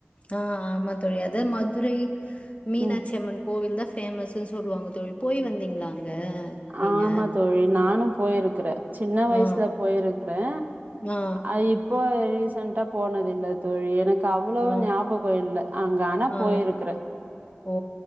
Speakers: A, on the left (about 30°); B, on the right (about 45°).
A: ஆ ஆமா தோழி அதா மதுரை மீனாட்சி
B: ம்
A: அம்மன் கோவில் தா ஃபேமஷ்னு சொல்லுவாங்க தோழி போய் வந்தீங்களா அங்க நீங்க
B: ஆமா தோழி நானு போயிருக்றே சின்ன வயசுல
A: ஆ
B: போயிருக்றே
A: ஆ
B: அ இப்போ ரீசென்டா போனதில்ல தோழி எனக்கு அவ்ளோ
A: ஆ
B: ஞாபகோ இல்ல அங்க ஆனா
A: ஆ
B: போயிருக்றே
A: ஓ